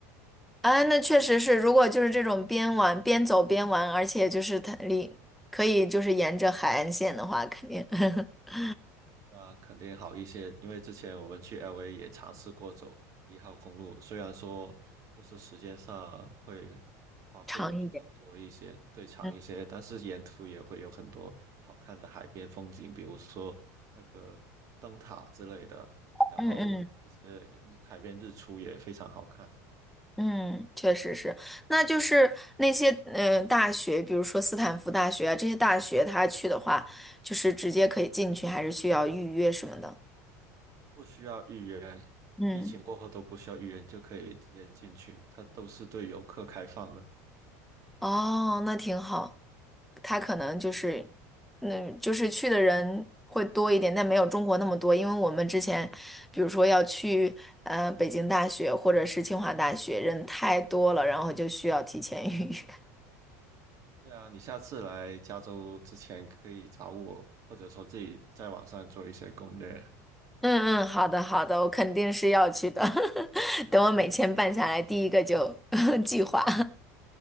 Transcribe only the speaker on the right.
啊，肯定好一些。因为之前我们去 LA 也尝试过走一号公路，虽然说就是时间上会花费的比较多一些，
对长一些，
但是沿途也会有很多好看的海边风景，比如说那个灯塔之类的，然后一些日海边日出也非常好看。
不需要预约，
疫情过后都不需要预约，你就可以直接进去，它都是对游客开放的。
对啊，你下次来加州之前可以找我，或者说自己在网上做一些攻略。